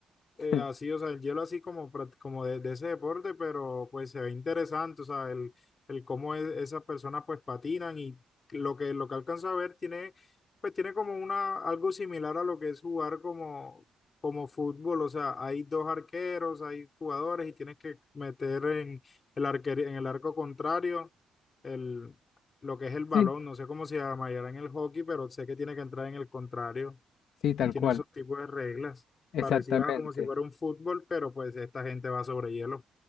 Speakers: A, on the left; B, on the left.
A: <laughs>
B: eh, así, o sea, el hielo así como, prac- como de, de ese deporte, pero pues se ve interesante, o sea, el, el cómo es- esas personas pues patinan y lo que, lo que alcanzo a ver tiene, pues tiene como una, algo similar a lo que es jugar como, como fútbol, o sea, hay dos arqueros, hay jugadores y tienes que meter en el arquer- en el arco contrario el, lo que es el balón,
A: Sí,
B: no sé cómo se llamará en el hockey, pero sé que tiene que entrar en el contrario
A: sí, tal
B: y tiene
A: cual,
B: su tipos de reglas,
A: exactamente.
B: parecidas a como si fuera un fútbol, pero pues esta gente va sobre hielo.